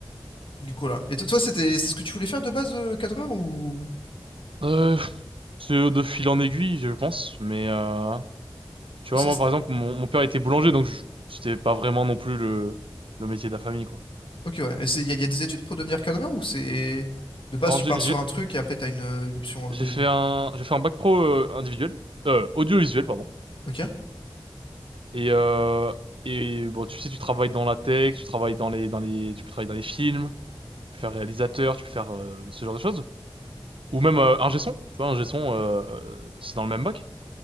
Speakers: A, on the left; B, on the right.
A: Du coup, là. Et toi, toi, c'était, c'est ce que tu voulais faire de base, euh, cadreur, ou.
B: Euh, c'est de fil en aiguille, je pense, mais euh, tu
A: C'est-
B: vois, moi, par exemple, mon, mon père était boulanger, donc je- c'était pas vraiment non plus le, le métier de la famille, quoi.
A: Ok, ouais. Et c'est, il y, a y a des études pour devenir cadreur ou c'est... De base,
B: Alors,
A: tu
B: j'ai,
A: pars
B: j'ai,
A: sur un truc et après, t'as une, euh, une option euh,
B: j'ai
A: B,
B: fait
A: genre.
B: un, j'ai fait un bac pro euh, individuel, euh, audiovisuel, pardon.
A: Ok.
B: Et, euh, et bon, tu sais, tu travailles dans la tech, tu travailles dans les, dans les, tu peux travailler dans les films, tu peux faire réalisateur, tu peux faire euh, ce genre de choses. Ou même euh, ingé son, tu vois, ingé son, euh, euh, c'est dans le même bac.